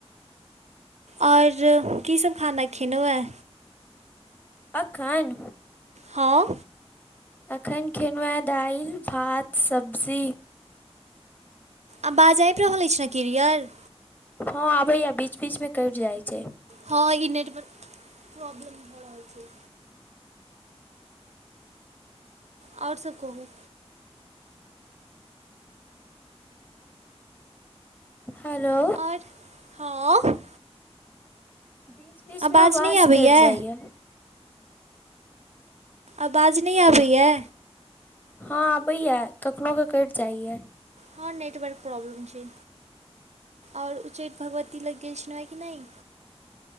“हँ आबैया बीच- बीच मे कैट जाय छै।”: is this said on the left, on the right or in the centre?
Left